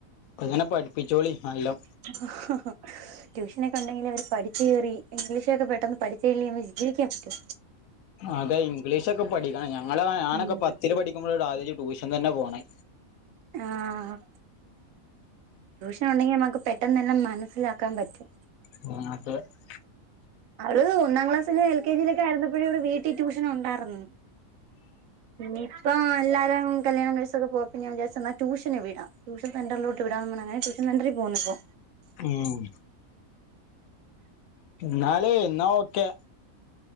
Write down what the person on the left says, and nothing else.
അങ്ങനെ പഠിപ്പിച്ചോളി നല്ലം
അതെ ഇംഗ്ലീഷൊക്കെ പഠിക്കണം. ഞങ്ങള ഞാനൊക്കെ
പത്തിൽ പഠിക്കുമ്പോഴോ ആദ്യയിട്ട് ട്യൂഷൻ തന്നെ പോണേ
<unintelligible>
ഉം എന്നാല എന്നാ ഓക്കെ